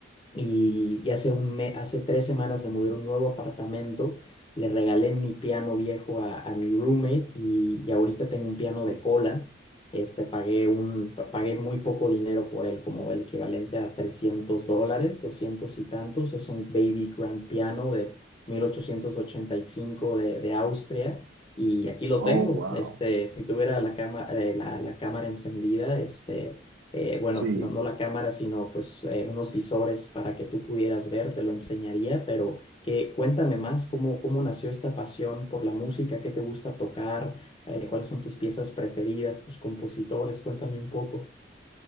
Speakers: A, on the left; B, on the right.
A: y, y hace un me- hace tres semanas me mudé a un nuevo apartamento, le regalé mi piano viejo a, a mi roommate y, y ahorita tengo un piano de
B: sí.
A: cola. Este, pagué un, pa- pagué muy poco dinero por él, como el equivalente a 300 dólares, 200 y tantos. Es un baby grand piano de 1885 de, de Austria y aquí lo
B: Oh,
A: tengo.
B: wow.
A: Este, si tuviera la cama, eh, la, la cámara encendida, este eh, bueno,
B: Sí.
A: no, no la cámara, sino pues eh, unos visores para que tú pudieras ver, te lo enseñaría, pero que cuéntame más cómo, cómo nació esta pasión por la música, qué te gusta tocar, eh, cuáles son tus piezas preferidas, tus compositores, cuéntame un poco.